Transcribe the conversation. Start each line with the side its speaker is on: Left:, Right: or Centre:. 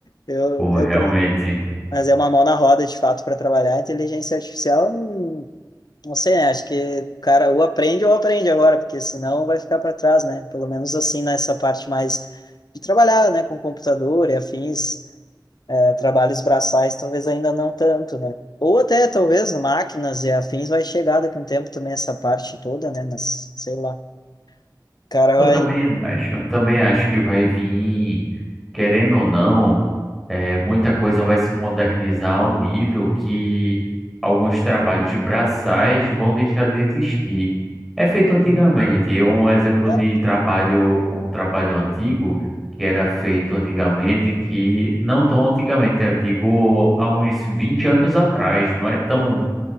Left: Eu,
Centre: Pô,
Left: eu,
Centre: realmente.
Left: pre- mas é uma mão na roda, de fato, para trabalhar. A inteligência artificial hum, não sei, né? Acho que, o cara, ou aprende ou aprende agora, porque senão vai ficar para trás, né? Pelo menos assim, nessa parte mais de trabalhar, né, com computador e afins, eh, trabalhos braçais, talvez ainda não tanto, né? Ou até, talvez, máquinas e afins vai chegar daqui a um tempo também essa parte toda, né? Mas, sei lá. O cara vai.
Centre: Eu também acho, eu também acho que vai vir, querendo ou não, é, muita coisa vai se modernizar ao nível que alguns trabalhos de braçais vão deixar de existir. É feito
Left: Uhum.
Centre: antigamente, um exemplo
Left: Ah,
Centre: de trabalho, um trabalho antigo que era feito antigamente, que não tão antigamente, eu digo há uns 20 anos atrás, não é tão